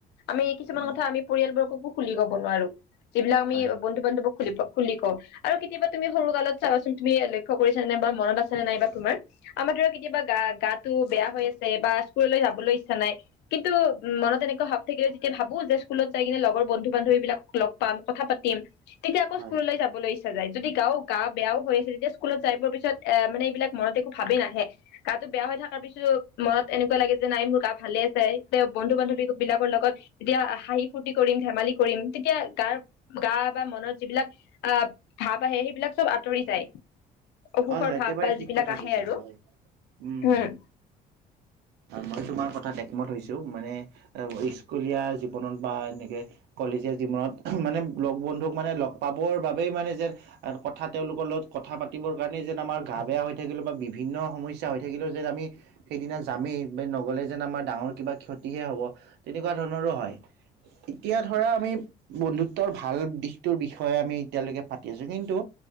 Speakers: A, on the left; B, on the right.
A: আমি এই কিছুমান
B: উম,
A: কথা আমি পৰিয়ালবৰ্গকো খুলি ক'ব নোৱাৰো যিবিলাক আমি
B: হয়,
A: বন্ধু বান্ধৱক খ খুলি ক আৰু কেতিয়াবা তুমি সৰু কালত চাবাচোন তুমি লক্ষ্য কৰিছ নে নাই বা মনত আছেনে নাই বা তুমাৰ আমাৰ ধৰাক কেতিয়াবা গাটো বেয়া হৈ আছে বা স্কুললৈ যাবলৈ নাই কিন্তু মনত এনেকুৱা ভাৱ থাকিলে যেতিয়া ভাবো যে স্কুলত যাই কিনে লগৰ বন্ধু বান্ধৱী বিলাকক লগ পাম কথা পাতিম তেতিয়া আকৌ
B: হয়,
A: স্কুললৈ যাব লাগিছে য যদি গাও গা বেয়াও হৈ আছে তেতিয়া স্কুলত যাই পৰ পিছত এ মানে এইবিলাক মনত একো ভাবেই নাহে গাটো বেয়া হৈ থকাৰ পিছত মনত এনেকুৱা লাগে যে নাই মোৰা ভালে চাই তেওঁ বন্ধু বান্ধৱী বিলাকৰ লগত যেতিয়া হাঁহি ফূুৰ্তি কৰিম ধেমালি কৰিম তেতিয়া গাৰ গা বা মনত যিবিলাক আহ ভাৱ আহে সেইবিলাক চব আঁতৰি যায় অসুখৰ
B: হয়, হয় একেবাৰে
A: ভাব বা
B: ঠিক
A: যিবিলাক
B: কথা
A: আহে
B: কৈছা
A: আৰু
B: হয়, উম।
A: হম
B: মই তোমাৰ কথাত একমত হৈছো মানে স্কুলীয়া জীৱনত বা এনেকে কলেজীয়া জীৱনত মানে লগ বন্ধুক মানে লগ পাবৰ বাবে সেই মানে যে কথা তেওঁলোকৰ লগত কথা পাতিব যেন আমাৰ গা বেয়া হৈ থাকিলে বা বিভিন্ন সমস্যা হৈ থাকিলেও যেন আমি সেইদিনা যামেই বা নগলে যেন আমাৰ ডাঙৰ কিবা ক্ষতিহে হব তেনেকুৱা ধৰণৰো হয় এতিয়া ধৰা আমি বন্ধুত্বৰ ভাল দিশ টোৰ বিষয়ে আমি এতিয়ালৈকে পাতি আছোঁ কিন্তু